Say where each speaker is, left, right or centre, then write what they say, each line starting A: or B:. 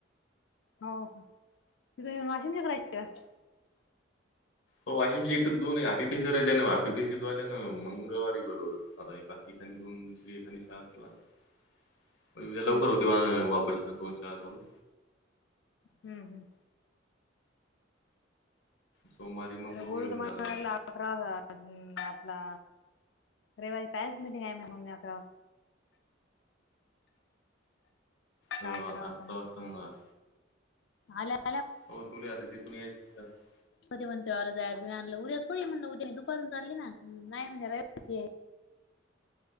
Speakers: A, on the left (about 65°); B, on the left (about 85°).
A: हो का, त तुम वाशिमच्या करायच्या का?
B: हो वाशिमची एक दोन हाफिपिस राहिल्या ना, हापिसवाल्याना मंगळवारी बोलवलं. आता ये बाकीच्यांनी दोन दुसरी एखादी शाळा करा आता उदया लवकर
A: हम्म
B: होती व वापस, ना दोन शाळा करून
A: हम्म हम्म.
B: सोमवारी मग गुरुवारी
A: बोलू तर मला
B: झाला.
A: लागला अकरा हा हम आपला रविवारी पॅरेंटस मीटिंग आहे मम्मी आता.
B: हो,
A: काय
B: आता
A: करावं मग
B: <unintelligible>
A: <unintelligible>
B: हो, तुला आता तिथून यायचं <unintelligible>
A: कधी म्हणल तेव्हा जायच, उद्या थोडी म्हणलं, उद्या दुपारून चालली, ना हम नाही म्हणे रविवारी